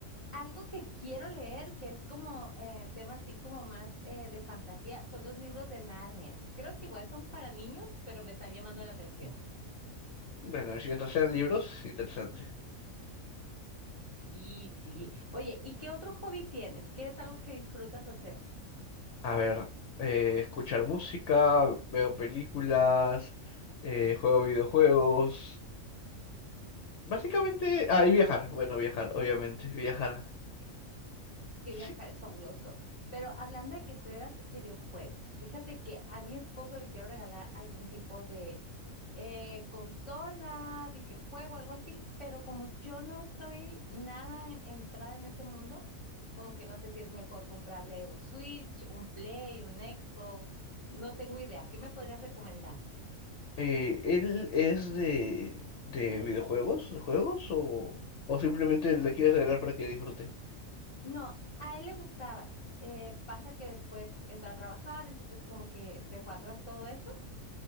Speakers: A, on the left; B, on the left.
A: Algo que quiero leer, que es como eh, tema así como más eh, de fantasía, son los libros de Narnia. Creo que igual son para niños, pero me están llamando la atención.
B: Bueno, si mientras sean libros, interesante.
A: Sí, sí. Oye, ¿y qué otro hobby tienes? ¿Qué es algo que disfrutas hacer?
B: A ver, eh, escuchar música, veo películas, eh, juego videojuegos. Básicamente, ah, y viajar. Bueno, viajar, obviamente, viajar.
A: Es que
B: Sí,
A: viajar es fabuloso. Pero hablando de que juegas videojuegos, fíjate que a mi esposo le quiero regalar algún tipo de eh, consola, videojuego, algo así, pero como yo no estoy nada entrada en ese mundo, como que no sé si es mejor comprarle un Switch, un Play, un Xbox, no tengo idea. ¿Qué me podrías recomendar?
B: Eh, ¿él es de, de videojuegos, de juegos o, o simplemente
A: Sí.
B: le quieres regalar para que disfrute?
A: No, a él le gustaban. Eh, pasa que después entró a trabajar, entonces como que dejó atrás todo eso